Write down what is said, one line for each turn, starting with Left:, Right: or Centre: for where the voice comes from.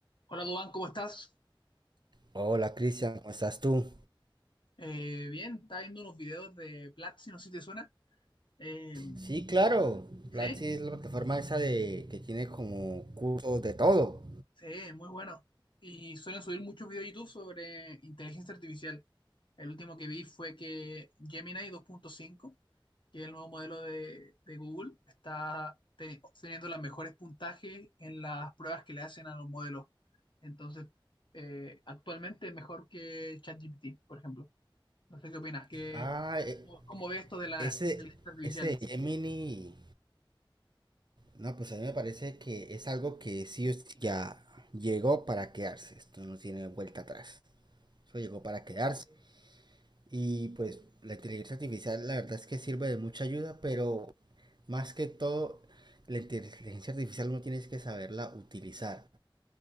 Left: Hola Dubán, ¿cómo estás?
Right: Hola Cristian, ¿cómo estás tú?
Left: Eh, bien, estaba viendo unos videos de Platzi, no sé si te suena. Eh,
Right: Sí, claro.
Left: sí,
Right: Platzi es la plataforma esa de que tiene como cursos de todo.
Left: sí, muy bueno. Y suelen subir muchos videos de YouTube sobre inteligencia artificial. El último que vi fue que Gemini 2.5, que es el nuevo modelo de, de Google, está te- obteniendo los mejores puntajes en las pruebas que le hacen a los modelos. Entonces, eh, actualmente es mejor que ChatGPT, por ejemplo. No sé qué opinas, ¿qué,
Right: Ah, e-
Left: cómo, cómo ves esto de la
Right: ese,
Left: inteligencia artificial?
Right: ese de Gemini. No, pues a mí me parece que es algo que sí o sí ya llegó para quedarse. Esto no tiene vuelta atrás. Eso llegó para quedarse. Y pues la inteligencia artificial la verdad es que sirve de mucha ayuda, pero más que todo, la inteligencia artificial uno tiene que saberla utilizar.